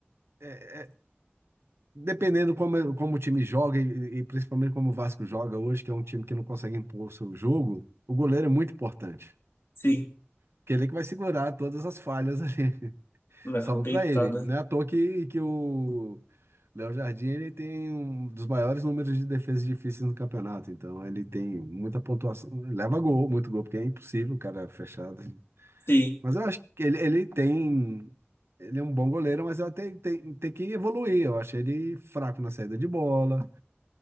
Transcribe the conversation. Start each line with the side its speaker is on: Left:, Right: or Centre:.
Right: é- é- dependendo como, como o time joga e, e principalmente como o Vasco joga hoje, que é um time que não consegue impor o seu jogo, o goleiro é muito importante.
Left: Sim,
Right: Porque ele é que vai segurar todas as falhas ali.
Left: né?
Right: Salva
Left: Não tem,
Right: para ele.
Left: tá, né?
Right: Não é à toa que, que o Léo Jardim ele tem um dos maiores números de defesas difíceis no campeonato. Então ele tem muita pontuação. Leva gol, muito gol, porque é impossível o cara fechado.
Left: Sim.
Right: Mas eu acho que ele, ele tem. Ele é um bom goleiro, mas ele tem, tem, tem que evoluir. Eu achei ele fraco na saída de bola,